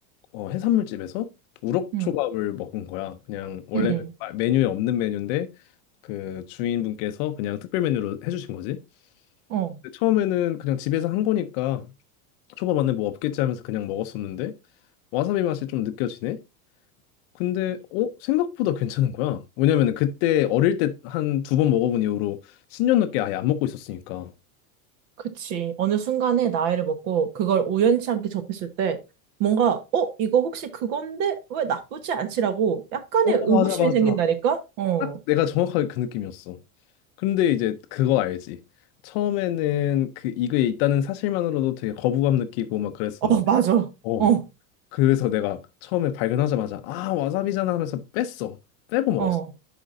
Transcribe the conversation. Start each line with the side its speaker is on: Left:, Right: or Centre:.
Left: 어 해산물집에서 우럭초밥을
Right: 응,
Left: 먹은 거야. 그냥 원래는
Right: 응,
Left: 마- 메뉴에 없는 메뉴인데 그 주인분께서 그냥 특별 메뉴로 해주신 거지.
Right: 어.
Left: 근데 처음에는 그냥 집에서 한 거니까 초밥 안에 뭐 없겠지 하면서 그냥 먹었었는데 와사비 맛이 좀 느껴지네. 근데 어 생각보다 괜찮은 거야. 왜냐면은 그때 어릴 때 한 두 번 먹어본 이후로 10년 넘게 아예 안 먹고 있었으니까
Right: 그치. 어느 순간에 나이를 먹고 그걸 우연치 않게 접했을 때 뭔가, 어, 이거 혹시 그건데? 왜 나쁘지 않지라고 약간의
Left: 어,
Right: 의구심이
Left: 맞아, 맞아.
Right: 생긴다니까? 어,
Left: 딱 내가 정확하게 그 느낌이었어. 근데 이제 그거 알지? 처음에는 그 이거에 있다는 사실만으로도 되게 거부감 느끼고 막 그랬었는데,
Right: 어, 맞아.
Left: 어
Right: 어,
Left: 그래서 내가 처음에 발견하자마자 아 와사비잖아 하면서 뺐어. 빼고 먹었어.
Right: 어,